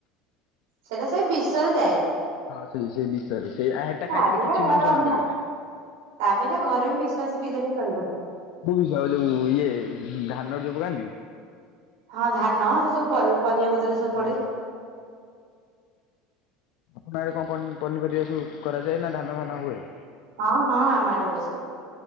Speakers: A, on the right; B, on the left.
A: ସେଇଟା ସେ ବିଷରେ ଯାଏ।
B: ହଁ ସେଇ ସେଇ ବିଷରେ ସେଇ ହେଟା
A: ତା
B: ଖାଇଦେଲେ
A: ଅପେକ୍ଷା
B: କିଛି
A: ଘରେ
B: ମାନେ ଜଣା
A: ଅନ୍ୟ।
B: ପଡିବନି।
A: ତା ଅପେକ୍ଷା ଘରେ ବି ବିଶ ଅଛି ପିଇଦେଲେ ଚଳିବ।
B: କୋଉ ବିଷ ଯୋଉ ଇଏ ଧାନର ଯୋଉ ପକାନ୍ତି।
A: ହଁ ଧାନ ସେ ଯୋଉ ପରି ପରିବା ପତ୍ରରେ ସବୁ ପଡେ।
B: ଓହୋ। ଆପଣରେ ଆଡ଼େ କଣ ପ ପନିପରିବା ସବୁ କରାଯାଏ ନା ଧାନ ଫାନ ହୁଏ।
A: ହଁ ହଁ ଆମ ଆଡ ହୁଏ ସବୁ।